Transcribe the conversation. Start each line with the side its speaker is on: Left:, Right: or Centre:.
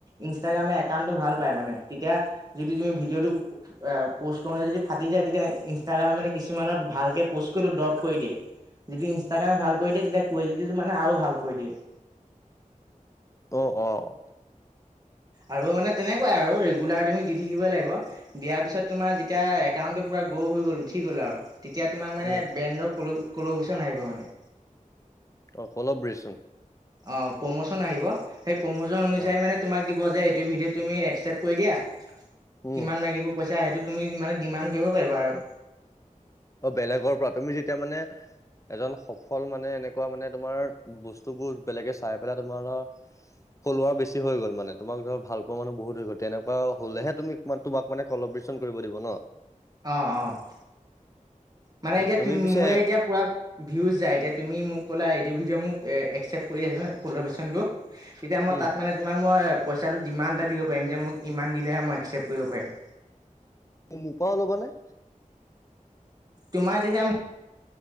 Right: ইনষ্টাগ্ৰামে একাউণ্টটো ভাল পায় মানে তেতিয়া, যদি তুমি ভিডিঅ'টো ক', -ক', এই পোষ্ট কৰোতে যদি ফাটি যায় তেতিয়া ইনষ্টাগ্ৰামে মানে কিছুমানত ভালকে পোষ্ট কৰিলেও ড্ৰপ কৰি দিয়ে', যদি ইনষ্টাগ্ৰামে ভাল কৰি দিয়ে, তেতিয়া কুৱেলিটিটো মানে আৰু ভাল কৰি দিয়ে',
Left: অ', - অহ',
Right: আৰু মানে তেনেকুৱাই আৰু ৰেগুলাৰ তুমি দি', -দি', থাকিব লাগিব', দিয়াৰ পিছত তোমাৰ যেতিয়া একাউণ্টটো পুৰা গ্ৰো' হৈ গ'ল উঠি গ'ল আৰু', তেতিয়া তোমাক মানে
Left: উম,
Right: ব্ৰেণ্ডৰ ক'ল'- কলবেচন আহিব মানে',
Left: অ', কলাব্ৰেচন',
Right: অ', প্ৰমোচন আহিব, সেই প্ৰমোচন অনুযায়ী
Left: অ',
Right: মানে', তোমাক দিব যে এইটো ভিডিঅ' তুমি একচেপ্ট কৰি দিয়া,
Left: উম।
Right: কিমান লাগিব পইছা সেইটো', তুমি মানে ডিমাণ্ড কৰিব পাৰিবা আৰু',
Left: অ', বেলেগৰ পৰা তুমি যেতিয়া মানে', এজন সফল মানে এনেকুৱা মানে তোমাৰ, বস্তুবোৰ বেলেগে চাই পেলাই তোমাৰ ধৰ', ফ'ল'ৱাৰ বেছি হৈ গ'ল মানে তোমাক ধৰ ভাল পোৱা মানুহ বহুত হৈ গ'ল তেনেকোৱা হ'লে হে তুমি', তোমাক মানে কলাব্ৰেচন কৰিব দিব ন?
Right: অ', - অহ', মানে
Left: অ
Right: এতিয়া
Left: তুমি
Right: তু',
Left: পিছে
Right: মোৰে এতিয়া পুৰা', ভিউজ যাই, এতিয়া তুমি মোক ক'লা এইটো ভিডিঅ' মোক একচেপ্ট কৰি দিয়াচোন কলাব্ৰেচনটো', এতিয়া মই
Left: উম
Right: তাত মানে', তোমাক মই পইচাটো ডিমাণ্ড এটা দিব পাৰিম যে মোক ইমান দিলেহে মই একচেপ্ট কৰিব পাৰিম',
Left: মোৰ পৰাও লবা নে?
Right: তোমাৰ যি দাম',